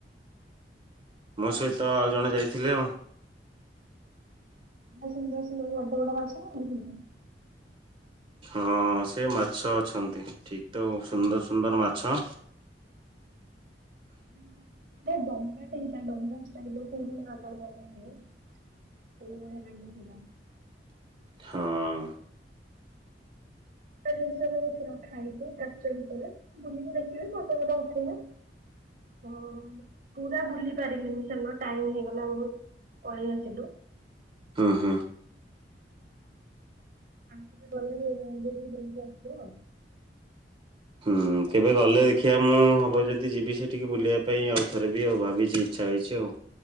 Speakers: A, on the right (about 30°); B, on the right (about 55°).
A: ମୋ ସହିତ ଆଉ ଜଣେ ଯାଇଥିଲେ ଆଉ।
B: ଆ ସୁନ୍ଦର ସୁନ୍ଦର ବଡ଼ ବଡ ମାଛ ନାଇ
A: ହଁ ସେ ମାଛ ଅଛନ୍ତି ଠିକ ତ ସୁନ୍ଦର ସୁନ୍ଦର ମାଛ।
B: ଉଁ ହୁଁ। ଆ ଡଙ୍ଗାଟେ ହେଇଥିଲା ଡଙ୍ଗାଷ୍ଟାଇଲର ତ ହେଇଥିଲା <unintelligible> ବହୁବଢିଆ ଲାଗିବ ସେଇଟା।
A: ହଁ।
B: କେତେ ଜିନିଷ ସେଠି ରଖାହେଇଚି କାଚ ଭିତରେ ବୁଲିକି ଦେଖିବେ ଫଟ ଫଟ ଉଠେଇବେ। ହଁ ପୁରା ବୁଲି ପାରିଲିନି ସେଦିନ ଟାଇମ ହେଇଗଲା ବହୁତ୍ ପଳେଇ ଆସିଲୁ।
A: ଉଁ ହୁଁ।
B: ଆମେ କେବେ ଗଲେ ବି <inaudible> ବୁଲିକି ଆସିବୁ ଆଉ।
A: ହୁଁ
B: ସାର୍
A: କେବେ
B: ଆପଣ
A: ଗଲେ
B: ଯାଆନ୍ତୁ
A: ଦେଖିଆ
B: କଣ
A: ମୁଁ
B: କରିବେ
A: ହବ ଯଦି ଦି ଯିବି ସେଠିକି ବୁଲିବା ପାଇଁ ଆଉଥରେ ବି ଆଉ ଭାବିଚି ଇଚ୍ଛା ହେଇଚି ଆଉ।